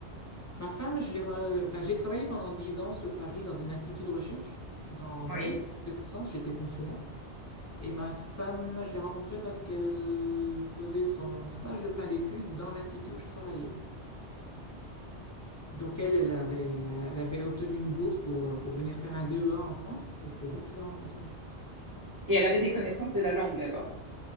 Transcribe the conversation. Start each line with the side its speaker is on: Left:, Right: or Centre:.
Left: Ma femme, je l'ai re- enfin, j'ai travaillé pendant 10 ans sur Paris dans un institut de recherche, dans,
Right: Oui.
Left: dans l'électronique de puissance, j'étais fonctionnaire. Et ma femme, je l'ai rencontrée parce qu'elle faisait son stage de fin d'études dans l'institut où je travaillais. Donc elle, elle avait, elle avait obtenu une bourse pour, euh, pour venir faire un DEA en France, et c'est là que je l'ai rencontrée.
Right: Et elle avait des connaissances de la langue alors.